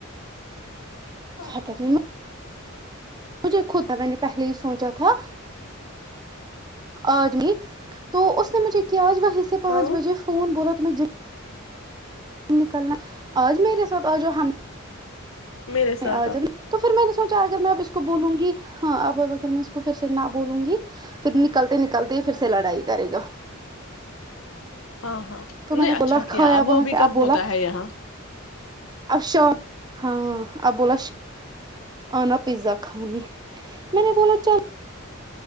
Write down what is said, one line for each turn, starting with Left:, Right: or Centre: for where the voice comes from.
Left: آ
Right: حقت نہیں مجھے خود تھا میں نے پہلے ہی سوچا تھا آجمی تو اس نے مجھے کیا آج وہ سے پانچ
Left: ہاں
Right: بجے فون بولو تم ج نکلنا آج میرے ساتھ آج ہم
Left: میرے
Right: میں
Left: ساتھ
Right: آ جا تو پھر میں نے سوچا اگر میں اب اس کو بولوں گی ہاں اب اب اگر میں اس کو پھر سے نہ بولوں گی پھر نکلتے نکلتے پھر سے لڑائی کرے گا
Left: ہاں ہاں
Right: تو
Left: ان
Right: میں
Left: نے
Right: بولا
Left: اچھا
Right: کھایا
Left: کیا اب
Right: وہاں
Left: وہ بھی
Right: سے
Left: کب
Right: بولا
Left: ہوتا ہے یہاں
Right: اب شام ہاں اب بولا آنا پیزا کھانے میں نے بولا چل